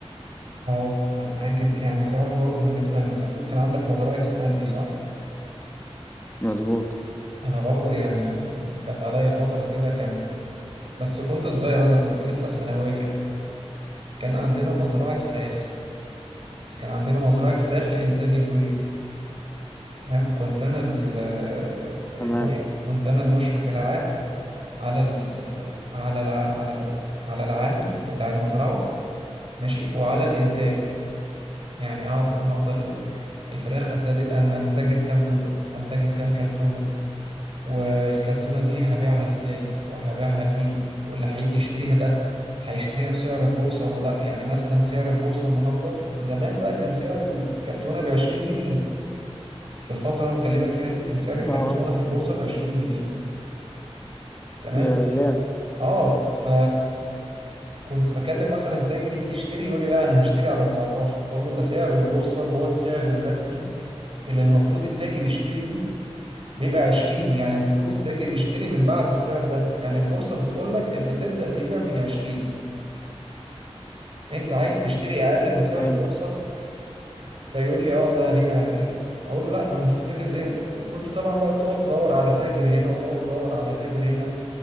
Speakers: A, on the right; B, on the left.
A: اه ما انا معاك جدا يعني تعرف برضو بالنسبة انت بتقول كان عندك نظرية سفان دي صح
B: مظبوط
A: انا برضو يعني جت عليا فترة كده كان بس كنت صغير انا كنت لسه في ثانوية كان عندنا مزرعة فراخ بس كان عندنا مزرعة فراخ لإنتاج البيض تمام كنت انا ال- المش
B: تمام
A: كنت انا المشرف العام على ال... على الع... على ال... على العامل بتاع المزرعة ماشي وعلى الإنتاج يعني اعرف النهاردة ال- الفراخ انتجت أن انتجت كام بيضة انتجت كام كرتونة والكرتونة دي هبيعها ازاي وهبيعها لمين واللي هيجي يشتريها ده هيشتريها بسعر البورصة ولا لا يعني مثلا سعر البورصة النهاردة زمان بقى كان سعر الكرتونة بعشرين جنيه في الفترة اللي أنا بكلمك فيها دي كان سعر الكرتونة
B: اه
A: في البورصة بعشرين جنيه تمام
B: يا ايام
A: اه ف كنت بكلم مثلا تاجر يجي يشتري يقول لي لا انا هشتري على 19 اقول له ده سعر البورصه اللي هو السعر الرسمي اللي المفروض التاجر يشتري بيه بيبقى 20 يعني المفروض التاجر يشتري من بعد السعر ده يعني البورصة بتقول لك انت تبدأ تبيع من 20 انت عايز تشتري اقل من سعر
B: فهمت
A: البورصة فيقول لي اه ده هي كده هقول له لا انا هشوف تاجر غيرك وكنت طبعا بقى تقعد تدور على تاجر هنا وتقعد تدور على تاجر هنا